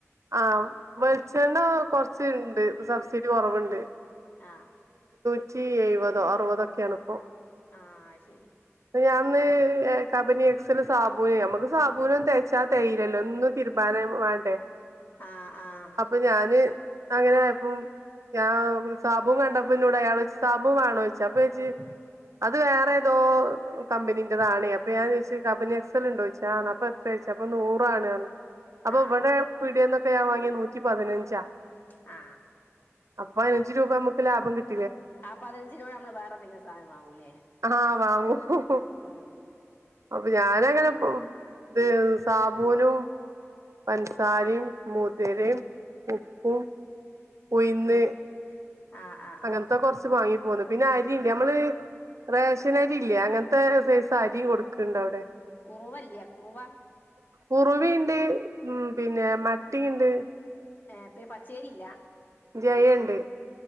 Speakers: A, on the right; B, on the left.
A: ആഹ് വെളിച്ചെണ്ണ കൊറ്ച്ണ്ട് സബ്സിഡി കൊറവ്ണ്ട്
B: ആഹ്
A: നൂറ്റി എഴുപതോ അറുപതൊക്കെണ്പ്പോ
B: ആഹ് അത് ശരി
A: ഞാന്ന് കബനി എക്സൽ സാബൂന് നമ്മുക്ക് സാബൂനൊന്നും തെയ്ച്ചാതേയ്യിലല്ലോ എന്നും തിരുമ്പാൻ വാണ്ടെ
B: ആഹ് ആഹ്
A: അപ്പോ ഞാൻ അങ്ങനായപ്പം ഞാൻ സാബൂൻ കണ്ടപ്പന്നോട് അയാൾ സാബുൻ വാണോയിച് അപ്പോയ്ച്ചി അത് വേറെ ഏതോ കമ്പനീന്റെതാണ് അപ്പോ ഞാൻ ചോയിച് കബനി എക്സൽ ഇണ്ടോച്ച് ആ റ്ഞ്ഞി എത്ര യ്ച്ച് അപ്പോ നൂറാണ് പറഞ്ഞി അപ്പോ
B: ആഹ്
A: വടെ ടിയെന്ന് ഒക്കെ ഞാൻ വാങ്ങിയെ നൂറ്റി പതിനഞ്ചാ
B: ആ
A: അപ്പോ അഞ്ച് രൂപ മ്മക്ക് ലാഭം കിട്ടും.
B: ആ പതിനഞ്ചിനോട് നമ്മള് വേറെ എന്തെങ്കിലും സാധനം വാങ്ങൂല്ലേ.
A: ആഹ് വാങ്ങും മ്മ്ഹും
B: ഉം
A: അപ്പോ ഞാനങ്ങനെ ഇ സാബൂനും പഞ്ച സാരിം മുതിരേം ഉപ്പും ഉയിന്ന്
B: ആഹ് ആഹ് ആഹ്
A: അങ്ങനത്തെ
B: ആഹ്
A: കൊറച്ച് വാങ്ങി പിന്നെ അരിണ്ട് നമ്മള് റേഷൻ അരി ഇല്ലേ അങ്ങനത്തെ സൈസ് അരിയും കൊടുക്ക്ണ്ട് അവിടെ.
B: കുറുവല്യാ കുറുവാ
A: കുറവിണ്ട് ഉം പിന്നെ മത്തിണ്ട്
B: ഏ പി പച്ചേരില്ല.
A: ജയണ്ട്.